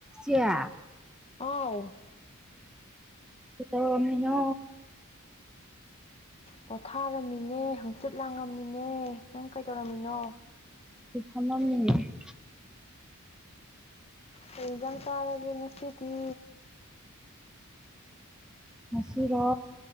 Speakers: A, in the centre; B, on the left.
A: ꯏꯆꯦ
B: ꯍꯥꯎ
A: ꯀꯩꯗꯧꯔꯝꯃꯤꯅꯣ
B: ꯄꯣꯊꯥꯔꯝꯃꯤꯅꯦ ꯍꯪꯆꯤꯠ ꯂꯥꯡꯉꯝꯃꯤꯅꯦ ꯅꯪ ꯀꯩꯗꯧꯔꯝꯃꯤꯅꯣ
A: ꯐꯃꯝꯃꯤꯅꯦ
B: ꯀꯩꯖꯥꯡ ꯆꯥꯔꯒꯦ ꯉꯁꯤꯗꯤ
A: ꯉꯁꯤꯔꯣ